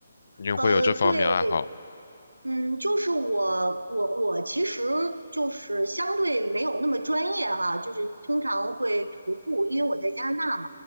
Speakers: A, on the left; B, on the right.
A: 您会有这方面爱好？
B: 呃，对嗯，就是我我我其实就是相对没有那么专业哈，就是通常会徒步，因为我在加拿大嘛，